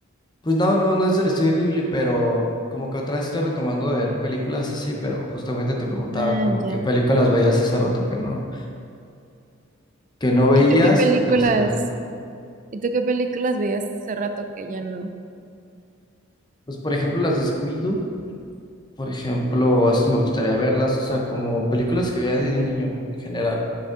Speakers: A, on the left; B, on the right.
A: Pues no, no, no es del estudio Ghibli, pero como que otra vez estoy retomando de ver películas así, pero justamente te preguntaba
B: Ah,
A: como
B: ya.
A: qué películas veías hace rato que no, que no veías
B: ¿Y tú qué películas?
A: y que te gustaría ver.
B: ¿Y tú qué películas veías hace rato que ya no?
A: Pues por ejemplo las de Scooby-Doo, por ejemplo, esas me gustaría verlas, o sea, como películas que veía de niño en general.